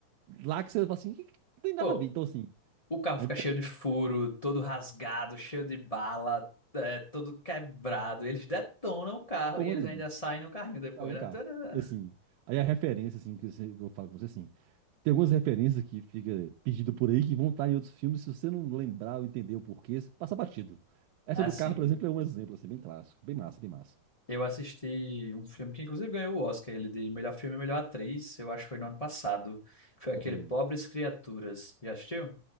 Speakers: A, on the right; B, on the left.
A: lá que você fala assim, que que não tem nada
B: Pô,
A: a ver. Então, assim,
B: o carro
A: a
B: fica cheio de furo, todo rasgado, cheio de bala, é, todo quebrado. Eles detonam o carro
A: importona
B: e eles ainda saem no carrinho depois,
A: sai um
B: né?
A: carro.
B: Tanana.
A: E, assim, aí a referência, assim, que você- que eu falo com você, assim, Tem algumas referências que fica pedido por aí que vão estar em outros filmes. Se você não lembrar ou entender o porquê, você passa batido. Essa
B: Assim,
A: do carro, por exemplo, é um exemplo, assim, bem clássico. Bem massa, bem massa.
B: eu assisti um filme que inclusive ganhou o Oscar, ele de melhor filme e melhor atriz, eu acho que foi no ano passado, que foi aquele
A: Hum,
B: Pobres Criaturas. Já assistiu?